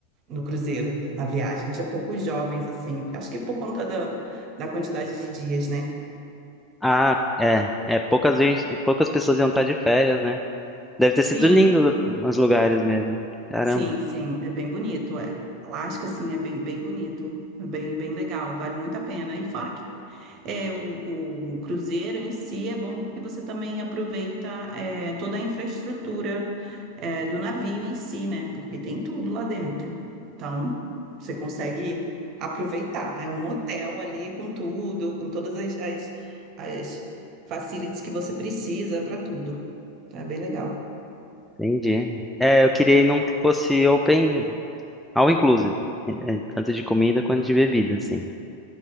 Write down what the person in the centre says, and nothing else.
Ah, é, é, poucas vezes, poucas pessoas iam estar de férias, né? Deve ter
sido lindo os lugares mesmo. Caramba,
entendi. É, eu queria ir num que fosse open, all inclusive, é, é, tanto de comida quanto de bebida, assim.